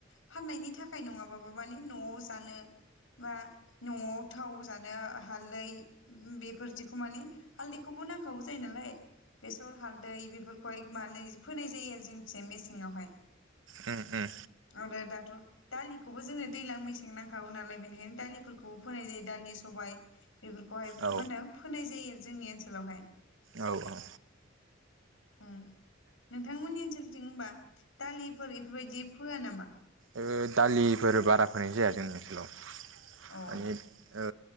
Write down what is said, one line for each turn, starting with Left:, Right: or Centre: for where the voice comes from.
Left: फाननायनि थाखाय नङाबाबो माने न'आव जानो बा न'आव थाव जानो हालदै बेफोरदिखौ माने हालदैखौबो नांखागौ जायो नालाय बेसर हालदै बेफोरखौहाय माने फोनाय जायो आरो जोंनिथिं मेसे सिङावहाय।
Right: उम उम
Left: आरो दाथ' दालिखौबो जोङो दैज्लां मेसें नांखागौ नालाय बेनिखायनो दालिफोरखौबो फोनाय जायो दालि सबाय बेफोरखौहाय
Right: औ
Left: मा होनो फोनाय जायो आरो। जोंनि ओनसोलावहाय।
Right: औ-औ।
Left: उम नोंथांमोननि ओनसोलनि थिं होमबा दालिफोर एफोरबायदि फोया नामा?
Right: ओ दालिफोर बारा फोनाय जाया जोंनि ओनसोलाव।
Left: औ
Right: माने ओ